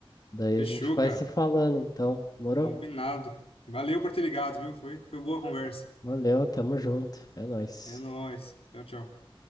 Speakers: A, on the left; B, on the left.
A: Daí a
B: Fechou,
A: gente vai
B: cara.
A: se falando, então. Demorou?
B: Combinado. Valeu por ter ligado, viu? Foi, foi boa a conversa.
A: Valeu, tamo junto. É nóis.
B: É nóis. Tchau, tchau.